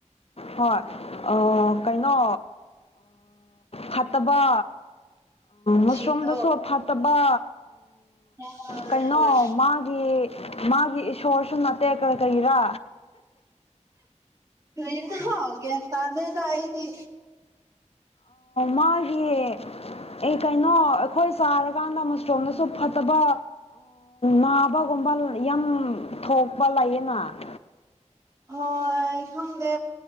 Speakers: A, on the left; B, on the right.
A: ꯍꯣꯏ ꯀꯩꯅꯣ ꯐꯠꯇꯕ ꯃꯁꯔꯨꯝꯗꯁꯨ
B: ꯁꯤꯡꯗꯣ
A: ꯐꯠꯇꯕ
B: ꯍꯣꯏ
A: ꯀꯩꯅꯣ
B: ꯍꯣꯏ
A: ꯃꯥꯒꯤ ꯃꯥꯒꯤ ꯏꯁꯣꯔ ꯁꯨꯝ ꯅꯠꯇꯦꯀ ꯀꯩꯔꯥ
B: ꯇꯔꯤꯅ ꯍꯧꯒꯦ ꯇꯗꯗꯏꯗꯤ
A: ꯃꯥꯒꯤ ꯑꯦ ꯀꯩꯅꯣ ꯑꯩꯈꯣꯏ ꯆꯥꯔꯀꯥꯟꯗ ꯃꯁꯔꯣꯝꯗꯁꯨ ꯐ ꯐꯠꯇꯕ ꯅꯥꯕꯒꯨꯝꯕ ꯌꯥꯝ ꯊꯣꯛꯄ ꯂꯥꯛꯌꯦꯅ <unintelligible>
B: ꯍꯣꯏ ꯈꯪꯗꯦ